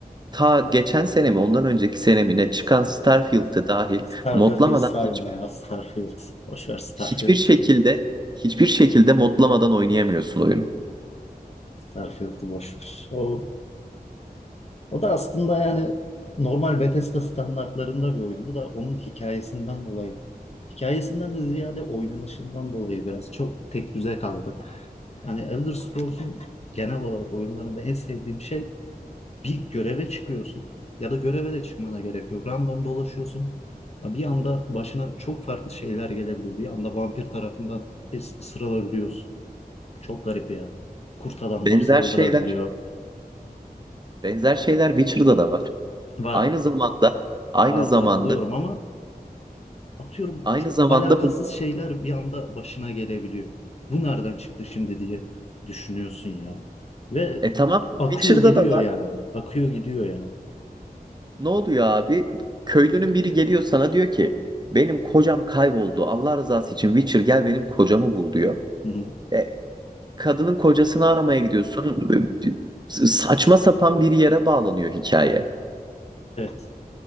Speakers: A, on the right; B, on the left.
A: Ta geçen sene mi ondan önceki sene mi ne çıkan Starfield'e dahil
B: Starfield'ı
A: modlamadan
B: hiç sayma
A: hiç,
B: ya Starfield. Boş ver Starfield.
A: hiçbir şekilde hiçbir şekilde modlamadan oynayamıyorsun oyunu.
B: Starfield'ı boş ver. O O da aslında yani normal Bethesda standartlarında bir oyundu da onun hikayesinden dolayı. Hikayesinden de ziyade oynanışından dolayı biraz çok tek düze kaldı. Yani Elder Scrolls'un genel olarak oyunlarında en sevdiğim şey bir göreve çıkıyorsun ya da göreve de çıkmana gerek yok. Random dolaşıyorsun. Ya Bir anda başına çok farklı şeyler gelebiliyor. Bir anda vampir tarafından is- ısırılabiliyorsun. Çok garip yani. Kurt adamlar
A: Benzer
B: saldırabiliyor.
A: şeyler, benzer şeyler Witcher'da da var.
B: Var,
A: Aynı zamanda, aynı
B: var
A: zamanda,
B: katılıyorum ama atıyorum
A: aynı
B: çok
A: zamanda
B: alakasız
A: bu
B: şeyler bir anda başına gelebiliyor. Bu nereden çıktı şimdi diye düşünüyorsun yani. Ve
A: e tamam
B: akıyor
A: Witcher'da
B: gidiyor
A: da var.
B: yani. Akıyor gidiyor yani.
A: Ne oluyor abi? Köylünün biri geliyor sana diyor ki benim kocam kayboldu. Allah rızası için Witcher gel benim kocamı bul diyor.
B: Hı-hı.
A: E kadının kocasını aramaya gidiyorsun. Saçma sapan bir yere bağlanıyor hikaye.
B: Evet.